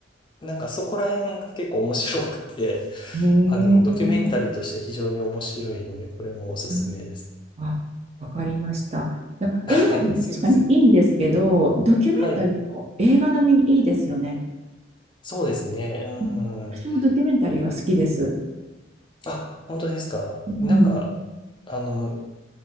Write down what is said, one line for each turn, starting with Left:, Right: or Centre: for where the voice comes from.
Left: なんかそこら辺が結構面白くて、
Right: ねえー。
Left: あの、ドキュメンタリーとして非常に面白いので、これもおすすめです。
Right: うんあ、わかりました。やっぱ映画も確かにいいんですけど、
Left: はい。すいません。
Right: ドキュメンタリーも映画並みにいいですよね。
Left: はい。そうですね。うん。
Right: うん、私もドキュメンタリーは好きです。
Left: あ、本当ですか。
Right: うん、
Left: なんか、あの、